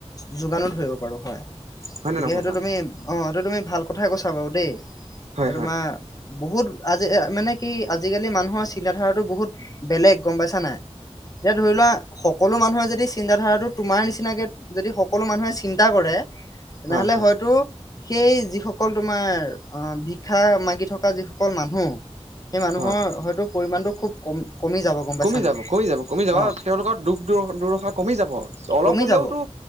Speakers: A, on the left (about 30°); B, on the right (about 75°).
A: যোগানো ধৰিব পাৰোঁ হয়। গতিকে,
B: হয় নে নহয়
A: সেইটো
B: বাৰু
A: তুমি। অ' এইটো তুমি ভাল কথাই কৈছা বাৰু দেই এই
B: হয় হয়
A: তোমাৰ। বহুত আজি মানে কি আজিকালি মানুহৰ চিল ধাৰাটো বহুত বেলেগ গ'ম পাইছা নাই। এতিয়া ধৰি লোৱা সকলো মানুহৰ যদি চিন্তাধাৰাটো তোমাৰ নিচিনাকে। যদি সকলো মানুহে চিন্তা কৰে, তেনে
B: হয়
A: হ'লে
B: হয়
A: হয়তো। সেই যিসকল তোমাৰ আহ ভিক্ষা মাগি থকা যিসকল মানুহ। সেই মানুহৰ
B: হয়
A: হয়তো পৰিমাণটো খুব কম কমি যাব। গম পাইছা
B: কমি
A: নাই
B: যাব, কমি যাব, কমি যাব।
A: অ
B: তেওঁলোকৰ দুখ দুুৰশা কমি যাব, অলপ
A: কমি
B: হলেওতো।
A: যাব